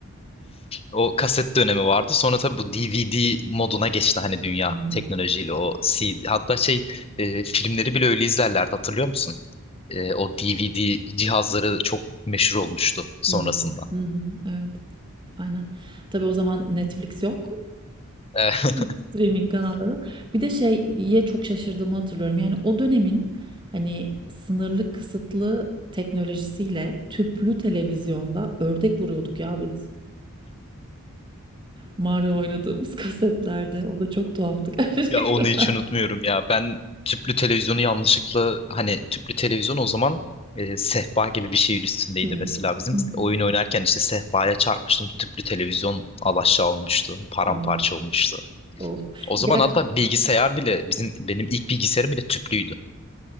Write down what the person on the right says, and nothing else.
Hı hı.
Hı hı. Hı hı. Evet. Aynen. Tabii o zaman Netflix yok.
Streaming kanalları. Bir de şeye çok şaşırdığımı hatırlıyorum. Yani o dönemin hani sınırlı kısıtlı teknolojisiyle tüplü televizyonda ördek vuruyorduk ya biz. Mario oynadığımız <laughs> kasetlerde. O da çok tuhaftı gerçekten.
Hı.
Hı.
Of,
of.
Gerçi